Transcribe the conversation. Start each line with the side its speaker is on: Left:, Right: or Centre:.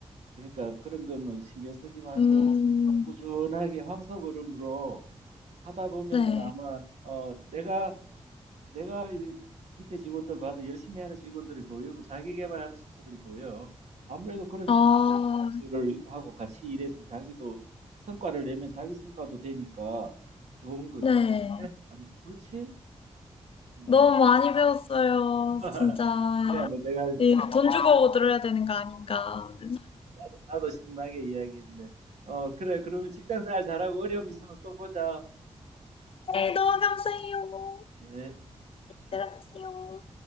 Right: 그러니까 그런 거는 신경 쓰지 말고
Left: 음, 음,
Right: 꾸준하게 황소걸음으로 하다 보면은
Left: 네.
Right: 아마 어, 내가 내가 이 밑에 직원들 봐도 열심히 하는 직원들이 보이고 자기 개발하는 친구들이 보여. 아무래도 그런 친구들을
Left: 아,
Right: 하고 같이 일해서 자기도 성과를 내면 자기 성과도 되니까 좋은 거지.
Left: 네.
Right: 그래? 안 그렇지? 음.
Left: 너무 많이 배웠어요.
Right: <laughs>
Left: 진짜.
Right: 야, 뭐 내가 어,
Left: 이 돈 주고 들어야 되는 거 아닌가.
Right: 나도, 나도 신나게 이야기했네. 어, 그래. 그러면 직장 생활 잘하고 어려움 있으면 또 보자.
Left: 네, 너무 감사해요.
Right: 예.
Left: 들어가세요.